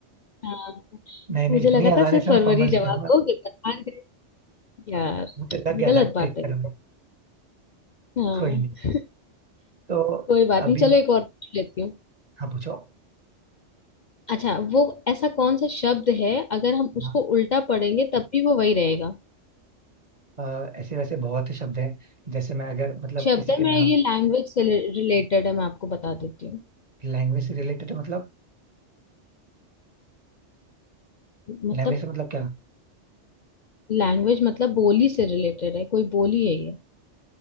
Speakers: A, on the left; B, on the right.
A: हाँ,
B: नहीं
A: मुझे
B: नहीं इतनी
A: लगा
B: आसानी
A: था सिर्फ
B: से
A: फरवरी
B: मैं फंबल नहीं
A: जवाब
B: करूंगा
A: दोगे पर हार गए यार
B: मुझे लग गया
A: गलत
B: था आप
A: बात
B: ट्रिक
A: है
B: करोगे
A: ये तो हाँ
B: कोई नहीं तो
A: कोई बात
B: अभी
A: नहीं चलो एक और पूछ लेती हूँ
B: हाँ पूछो
A: अच्छा वो ऐसा कौन सा शब्द है अगर हम
B: हाँ,
A: उसको उल्टा पढ़ेंगे तब भी वो वही रहेगा
B: अ, ऐसे वैसे बहुत से शब्द हैं जैसे मैं अगर मतलब
A: शब्द
B: किसी
A: है
B: के
A: मैं
B: नाम
A: ये लैंग्वेज से रिलेटेड है मैं आपको बता देती हूँ
B: लैंग्वेज से रिलेटेड मतलब
A: मतलब
B: लैंग्वेज से मतलब क्या
A: लैंग्वेज मतलब बोली से रिलेटेड है कोई बोली है ये